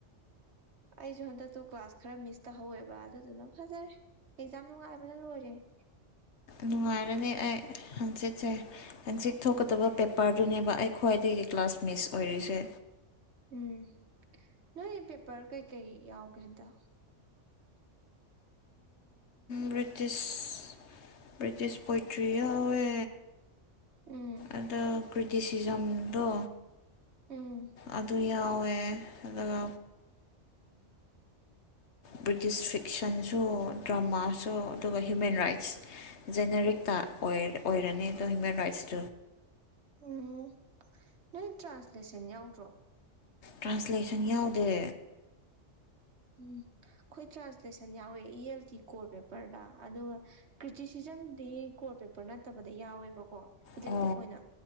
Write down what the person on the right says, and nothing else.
ꯑꯩꯁꯨ ꯍꯟꯗꯛꯇꯨ ꯀ꯭ꯂꯥꯁ ꯈꯔ ꯃꯤꯁ ꯇꯧꯍꯧꯋꯦꯕ ꯑꯗꯨꯗꯨꯅ ꯐꯖꯔꯦ ꯑꯦꯛꯖꯥꯝ ꯅꯨꯡꯉꯥꯏꯕꯅ ꯂꯣꯏꯔꯦ <inaudible>
ꯎꯝ ꯅꯣꯏ ꯄꯦꯄꯔ ꯀꯩꯀꯩ ꯌꯥꯎꯒꯦ ꯍꯟꯗ
ꯎꯝ
ꯎꯝ
ꯎꯝ ꯅꯣꯏ ꯇ꯭ꯔꯥꯟꯁꯂꯦꯁꯟ ꯌꯥꯎꯗ꯭ꯔꯣ
ꯎꯝ ꯑꯩꯈꯣꯏ ꯇ꯭ꯔꯥꯟꯁꯂꯦꯁꯟ ꯌꯥꯎꯋꯦ ꯏ ꯑꯦꯜ ꯇꯤ ꯀꯣꯔ ꯄꯦꯄꯔꯗ ꯑꯗꯨꯒ ꯀ꯭ꯔꯤꯇꯤꯁꯤꯖꯝꯗꯤ ꯀꯣꯔ ꯄꯦꯄꯔ ꯅꯠꯇꯕꯗ ꯌꯥꯎꯋꯦꯕꯀꯣ ꯏꯂꯦꯛꯇꯤꯞ
ꯑꯣꯏꯅ